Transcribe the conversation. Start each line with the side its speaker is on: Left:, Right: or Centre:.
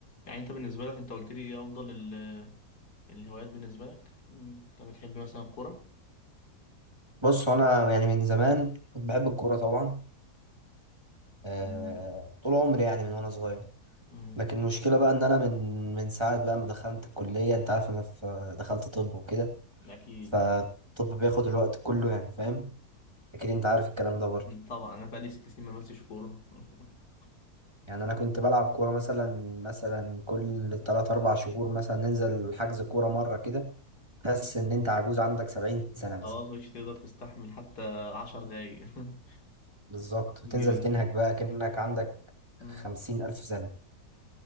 Left: يعني انت بالنسبة لك انت قلت لي ايه افضل ال- الهوايات بالنسبة لك مم، انت بتحب مثلا الكورة
Right: بص هو انا يعني من زمان كنت بحب الكوره طبعا آه
Left: تمام.
Right: طول عمري يعني من وانا صغير
Left: مم،
Right: لكن المشكله بقى ان انا من من ساعه بقى ما دخلت الكليه انت عارف انا في دخلت طب وكده
Left: اكيد
Right: فالطب بياخد الوقت كله يعني فاهم اكيد انت عارف الكلام ده برضه
Left: مم، طبعا انا بقالي ست سنين ما بمسش كورة <laughs>
Right: يعني انا كنت بلعب كوره مثلا مثلا كل 3 4 شهور مثلا ننزل حجز كوره مره كده تحس ان انت عجوز عندك 70 سنه مثلا
Left: خلاص مش تقدر تستحمل حتى عشر دقايق <laughs>
Right: بالظبط
Left: بيجيبك
Right: وتنزل تنهج بقى كأنك عندك
Left: مم،
Right: 50 ألف سنة